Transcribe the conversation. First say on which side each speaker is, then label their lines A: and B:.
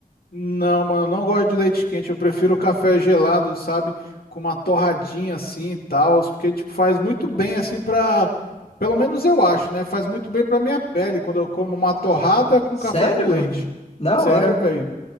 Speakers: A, on the left; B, on the left.
A: Não, mano, eu não gosto de leite quente, eu prefiro o café gelado, sabe? Com uma torradinha assim e tal, porque tipo faz muito bem assim pra, pelo menos eu acho, né? Faz muito bem pra minha pele quando eu como uma torrada com
B: Sério,
A: café com
B: mano?
A: leite.
B: Da
A: Sério,
B: hora.
A: velho.